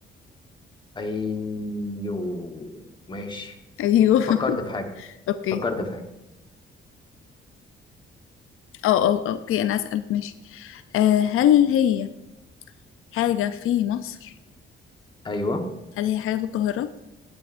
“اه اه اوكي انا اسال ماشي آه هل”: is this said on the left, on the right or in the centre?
Left